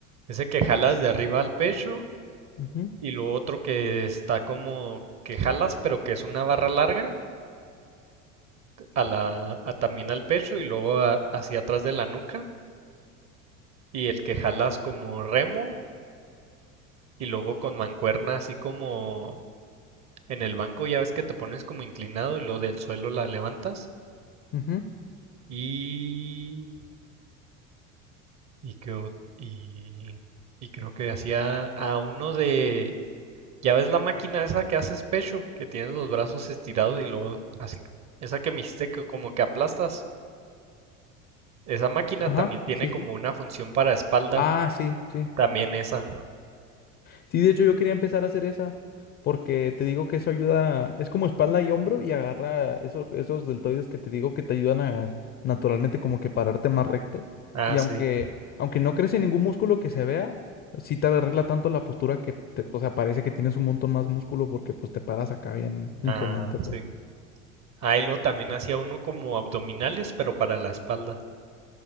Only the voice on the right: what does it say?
ese que jalas de arriba al pecho
Y lo otro que está como que jalas, pero que es una barra larga, a la, a- también al pecho y luego a- hacia atrás de la nuca. Y el que jalas como remo y luego con mancuerna así como en el banco, ya ves que te pones como inclinado y luego del suelo la levantas.
Y... Y, que, o- y, y creo que hacía a uno de... Ya ves la máquina esa que haces pecho, que tienes los brazos estirados y luego así... Esa que me hiciste que como que aplastas. Esa máquina
también tiene
como
una función para espalda,
también esa.
Ah,
sí.
Ah, sí.
Ahí lo también hacía uno como abdominales, pero para la espalda,